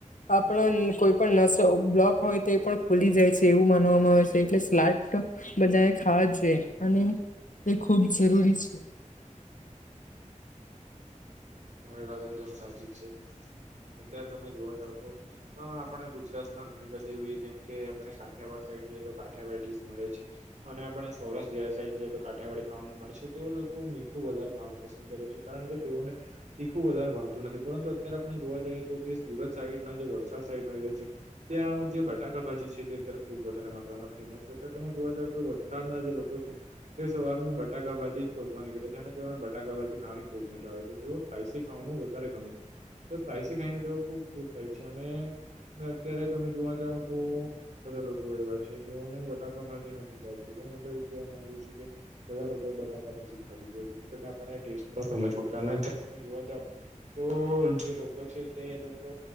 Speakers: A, on the left (about 80°); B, on the right (about 65°).
A: આપણા ન કોઈ પણ નસો બ્લોક હોય તો પણ ખુલી જાય છે એવું માનવામાં આવે છે એટલે સ્લાટ તો બધાં એ ખાવા જોઈએ અને તે ખૂબ જરૂરી છે.
B: તમારી વાત એકદમ સાચી છે. અત્યારે તમે જોવા જાવ તો હ આપણને ગુજરાતમાં ઘણી બધી એવી જેમ કે આપણે કાઠિયાવાડ સાઈડ જઈએ તો કાઠિયાવાડી ડીશ મળે છે. અને આપણે સૌરાષ્ટ જયા સાઇડ એ તો કાઠિયાવાડી ખાવાનું મળશે તે લોકો મીઠું વધારે ખાવાનું પસંદ કરે છે કારણ કે તેઓને તીખું વધારે ભાવતું નથી પરંતુ અત્યારે આપણે જોવા જાઈએ તો જે સુરત સાઈડ ના જે વલસાડ સાઈડ નો એરિયા છે ત્યાં જે બટાકા ભાજી છે તે અત્યારે ખુબ વધારે માત્રામાં ફેમસ છે. અત્યારે તમે જોવા જાવ તો વલસાડના જે લોકો છે તે સવાર માં બટાકા ભાજી જ શોધવા નીકળે છે અને તેઓને બટાકા ભાજી ખાવાની ખુબ મજા આવે છે. તેઓ સ્પાઈસી ખાવાનું વધારે ગમે છે તો સ્પાઈસી ખાઈને તેઓ ખુબ ખુશ થાય છે અને ને અત્યારે તમે જોવા જાવ તો આ બધા લોકો એવા છે જેઓને બટાકા ભાજી નથી ભાવતી તો હું તો એવું કેવા માંગુ છું કે બધા લોકોએ બટાકા ભાજી ખાવી જોઈએ જેથી કરીને આપણને ટેસ્ટ નો સમજ પડે અને <unintelligible> તમે જોવા જાવ તો જે લોકો છે તે એ લોકો